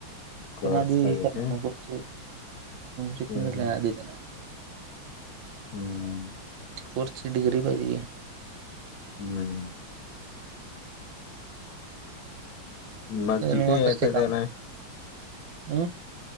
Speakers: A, on the left (about 65°); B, on the right (about 70°).
A: कोर्स
B: त्यांना आधी
A: मध्ये
B: हे करणार
A: काय
B: लागत होत शिकून
A: हम्म
B: घेतल्या आधी त्यांला
A: हम्म.
B: कोर्सची डिग्री पाहिजे की.
A: हम्म. मग
B: की
A: किती
B: निवांत
A: आहे
B: असते
A: एखाद्याला?
B: काम हम्म.